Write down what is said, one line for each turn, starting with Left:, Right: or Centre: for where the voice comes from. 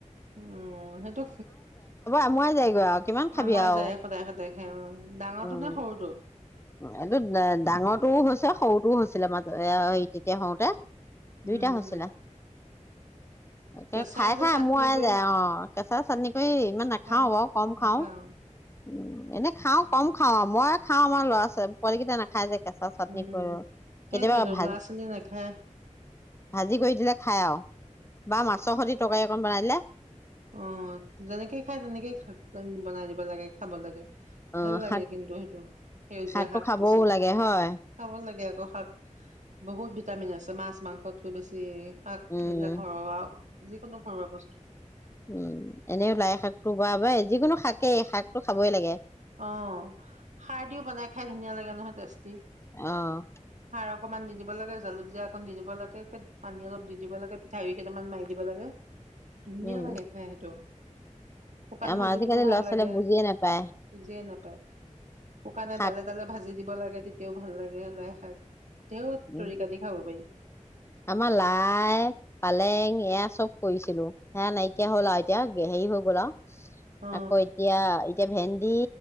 Right: উম সেইটো
Left: আমুৱাই যায়গৈ আৰু কিমান খাবি
Right: আমাৰ
Left: আৰু।
Right: যায় সদায় খাই অঁ ডাঙৰটো
Left: উম,
Right: নে সৰুটো
Left: এইটো ডাঙৰটোও হৈছে সৰুটোও হৈছিলে মাজত তেতিয়া হওঁতে দুইটা
Right: উম
Left: হৈছিলা
Right: হম
Left: ত
Right: কেঁচাই
Left: খাই
Right: যে
Left: খাই
Right: চাটনি
Left: মোৱ
Right: কৰি
Left: যায় অ কেঁচা চাটনি কৰি ইমান নাখাওঁ
Right: খাই
Left: বাৰ কম
Right: নাখাওঁ
Left: খাওঁ উ এনে খাওঁ কম খাওঁ আৰু মই খাওঁ আমাৰ ল'ৰা ছী পোৱালি কেইটাই নাখাই খাই যে কেঁচা চাটনি
Right: উম
Left: কৰো
Right: সেইটোৱেতো
Left: কেতিয়াবা ভাজি
Right: ল'ৰা ছোৱালীয়ে নাখায়
Left: ভাজি কৰি দিলে খাই আৰু বা মাছৰ খতি টকাৰে অকণ বনাই হ
Right: আঁহ যেনেকেই খায় তেনেকেই খ বনাই দিব লাগে খাব লাগে
Left: অ',
Right: ভাল লাগে
Left: শাক
Right: কিন্তু, সেইটো সেউজীয়া
Left: শাকটো
Right: শাক
Left: খাবও
Right: -পাচলি
Left: লাগে হয়
Right: খাব লাগে। লাগে আকৌ শাক বহুত ভিটামিন আছে মাছ মাংসতকৈ বেছি শাক
Left: উম,
Right: এইবিলাক ঘৰৰ আৰু যিকোনো ঘৰুৱা বস্তুত
Left: উম এনেইও লাই শাকটো বা বা যিকোনো শাকেই শাক খাবই লাগে
Right: অ সাৰ দিও বনাই খাই ধুনীয়া লাগে নহয় টেষ্টি
Left: অ',
Right: সাৰক অকমান দি দিব লাগে জালুক জীয়া একন দি দিব লাগে পানী অলপ দি দিব লাগে পিঠা কেইটামান মাৰি দিব লাগে ধুনীয়া
Left: উম,
Right: লাগে খাই সেইটো শুকান
Left: আমাৰ
Right: ভাজিটোও
Left: আজিকালি
Right: ভাল
Left: ল'ৰা
Right: লাগে
Left: ছোৱালীয়ে বুজিয়ে নাপায়
Right: বুজিয়ে নাপায় শুকানে
Left: শাক
Right: ডালে ডালে ভাজি দিব লাগে তেতিয়াও ভাল লাগে লাই শাক তেও
Left: উম,
Right: তৰিকা দি খাব পাৰি
Left: আমাৰ লাই পালেং এয়া চব কৰিছিলো হে নাইকিয়া হ'ল আৰু এতিয়া হেৰি হৈ গ'ল আৰু
Right: অ
Left: আকৌ এতিয়া এতিয়া ভেন্দি